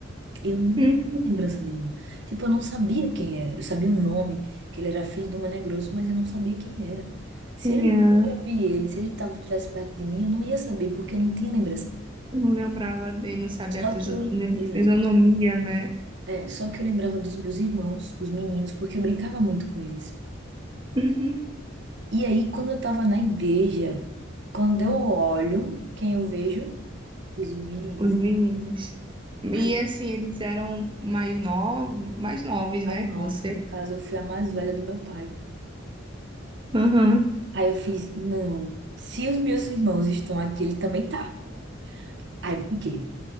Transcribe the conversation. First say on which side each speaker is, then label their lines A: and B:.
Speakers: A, on the right; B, on the right.
A: Eu não
B: uhum.
A: tinha lembrança nenhuma. Tipo, eu não sabia quem era. Eu sabia o nome, que ele era filho do Mané Grosso, mas eu não sabia quem era. Se
B: Quem
A: ele,
B: era?
A: eu já vi ele, se ele tava, estivesse perto de mim, eu não ia saber, porque eu não tinha lembrança.
B: Não lembrava dele, não sabia
A: Só
B: a fiso-
A: que eu,
B: né,
A: exato.
B: fisionomia, né?
A: É, só que eu lembrava dos meus irmãos, os meninos, porque eu brincava muito com eles.
B: Uhum,
A: E aí, quando eu tava na igreja, quando eu olho, quem eu vejo? Os meninos.
B: os meninos. E
A: Aí,
B: assim, eles eram mais novos, mais novos,
A: as
B: né,
A: novas,
B: que você.
A: no caso, eu fui a mais velha do meu pai.
B: Aham.
A: Aí eu fiz, não, se os meus irmãos estão aqui, ele também tá. Aí eu fiquei.